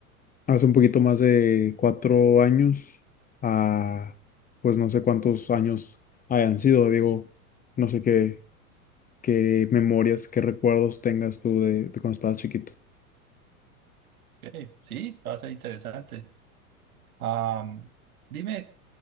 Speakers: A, on the left; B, on the right.
A: hace un poquito más de cuatro años a, pues no sé cuántos años hayan sido, digo, no sé qué, qué memorias, qué recuerdos tengas tú de, de cuando estabas chiquito.
B: Ok, Sí, va a ser interesante. Am, dime,